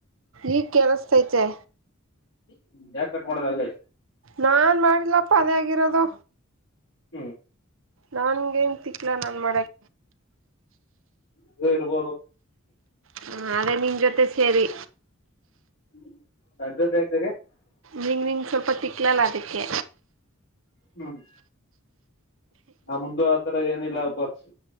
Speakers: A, on the right (about 70°); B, on the left (about 65°).
A: ಈಗ ಕೇಳಸ್ತೈತೆ
B: ಹ್ಮ ಯಾಕ ಕಟ್ ಮಾಡದ ಆಗ್ಲೇ
A: ನಾನ್ ಮಾಡಿಲ್ಲಪ್ಪ ಅದೇ ಆಗಿರೋದು
B: ಹ್ಮ್
A: ನನ್ಗೆ ನ್ ತಿಕ್ಲಾ ನನ್ ಮಾಡಕ
B: ಅದು ಇರಬಹುದು
A: ಹ ಅದೇ ನಿನ್ ಜೊತೆ ಸೇರಿ
B: <unintelligible>
A: ನಿಂಗ ನಿಂಗೆ ಸ್ವಲ್ಪ ತಿಕ್ಲಲ್ಲ ಅದಕ್ಕೆ
B: ಹ್ಮ್ ನಮ್ದು ಆತರ ಏನಿಲ್ಲ ಬಾ‌ಸ್